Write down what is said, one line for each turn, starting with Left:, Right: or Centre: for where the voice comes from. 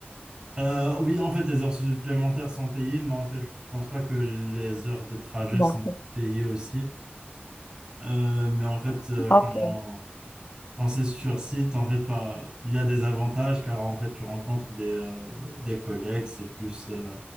Right: euh, oui, en fait, les heures supplémentaires sont payées, mais en fait, je pense pas que les heures de trajet
Left: Bon,
Right: sont
Left: c'est
Right: payées aussi. Euh, mais en fait, euh,
Left: pas
Right: quand,
Left: faux.
Right: quand c'est sur site, en fait, pas- il y a des avantages car en fait, tu rencontres des, euh, des collègues, c'est plus, euh,